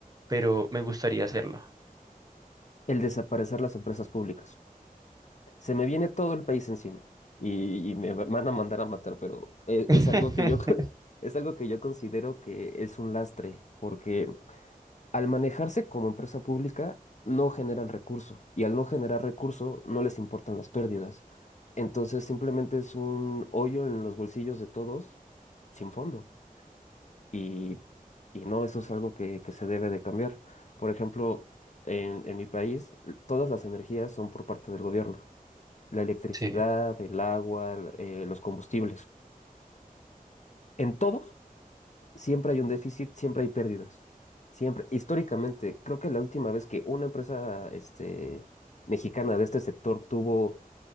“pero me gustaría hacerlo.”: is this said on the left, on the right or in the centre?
Right